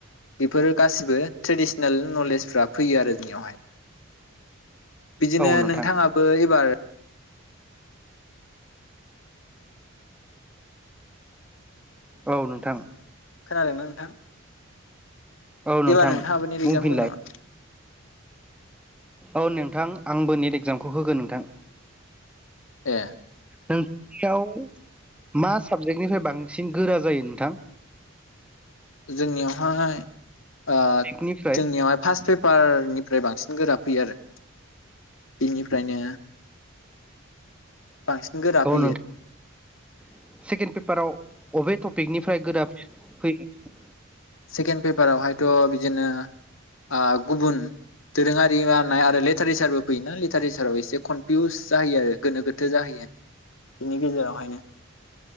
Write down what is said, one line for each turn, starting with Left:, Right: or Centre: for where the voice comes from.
Left: बेफोरो गासिबो ट्रेडिसनेल नलेजफ्रा फैयो आरो जोंनियावहाय बिदिनो
Centre: औ नोंथां
Left: नोंथाङाबो एबार
Centre: औ नोंथां
Left: खोनादोंना नोंथां?
Centre: औ नोंथां
Left: एबार नोंथाङाबो नेट
Centre: बुंफिनलाय
Left: एगजाम होगोन नामा
Centre: औ नोंथां आंबो नेट एक्जामखौ होगोन नोंथां।
Left: ए
Centre: नोंथांनियाव मा साबजेक्टनिफ्राय बांसिन गोरा जायो नोंथां
Left: जोंनियावहाय ओ
Centre: पिकनिफ्राय
Left: जोंनियावहाय फार्स्ट पेपारनि ओमफ्राय बांसिन गोरा फैयो आरो बिनिफ्रायनो बांसिन गोरा
Centre: औ
Left: फैयो
Centre: नोंथां सेकेणड पेपाराव बबे टपिकनिफ्राय गोरा <unintelligible> फैयो।
Left: सेकेन्ड पेपारावहायथ बिदिनो ओ गुबुन दोरोंयारि राननाय आरो लिर टारेसारबो फैयोना लिटारेसाराव एसे कनफिउस जायो आरो गोनो गोथो जाहैयो बिनि गेजेरावहायनो